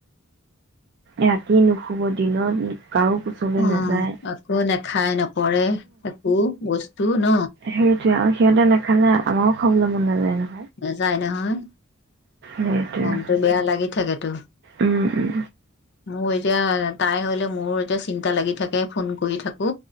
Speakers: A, on the right; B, on the left.
A: ৰাতি নুশুব দিনত কাৰো কোচলৈ
B: অ
A: নাযায়
B: আকৌ নেখাই নপঢ়ে একো বস্তু ন
A: সেইটোয়ে আৰু সিহঁতে নেখালে আমাৰো খাবলে মন নেযায় ন
B: নেযায় নহয়
A: সেইটোৱে
B: মনটো বেয়া লাগি থাকেতো
A: উম উম
B: মোৰ এতিয়া তাই হলে মোৰো এতিয়া চিন্তা লাগি থাকে ফোন কৰি থাকো